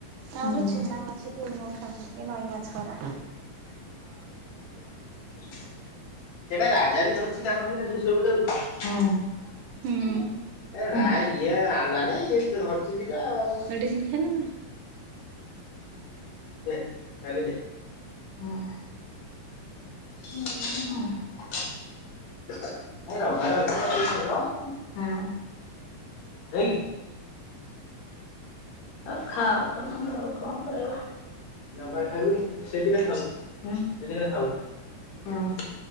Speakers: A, on the right; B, on the left.
A: ଆମର
B: ହୁଁ
A: ଚୁନା ମାଛ ଧଉମ ଉଠନ୍ତି ଏ ନଈ ମାଛ ଗୁରା
B: <unintelligible> <unintelligible> ହୁଁ ଏ ନାଇ ଇଏ
A: ହୁଁ।
B: ଆଣିଲାନାଇ ଇଏ ହରଚଣ୍ଡୀଟା ଆଉ
A: ମେଡ଼ିସିନ୍ ଖାଇଲ ନା?
B: ଦେ, ଡାଲି ଦେ, ହ। <unintelligible> କାଲି ରବିବାର ଅଛି କରିକି ଖାଇଦବା ଆଉ ନା? ହଁ ଆଉ ଖାଅ ତମର ଆଉ କଣ କରିବା। ରବିବାର ଖାଇବୁନି, ସେ ଦିଟା ଥାଉ ହୁଁ ସେ ଦିଟା ଥାଉ ହଁ